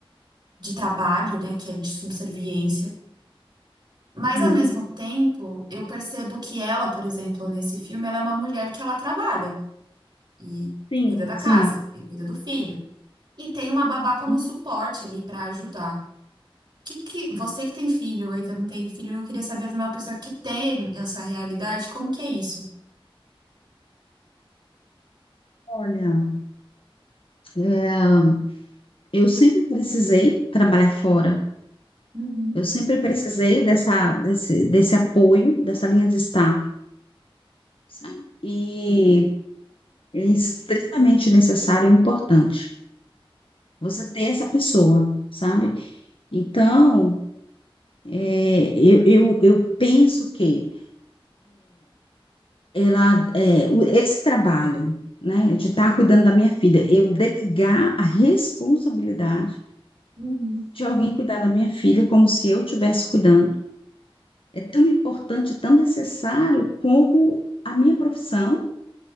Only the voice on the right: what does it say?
de trabalho, né, que é de subserviência, mas
ao mesmo tempo, eu percebo que ela, por exemplo, nesse filme, ela é uma mulher que ela trabalha e
cuida da casa
e cuida do filho, e tem uma babá como
suporte ali para ajudar. Que, que, você que tem filho, ou ainda não tem filho, eu queria saber de uma pessoa que tem essa realidade, como que é isso?
Uhum.
Uhum,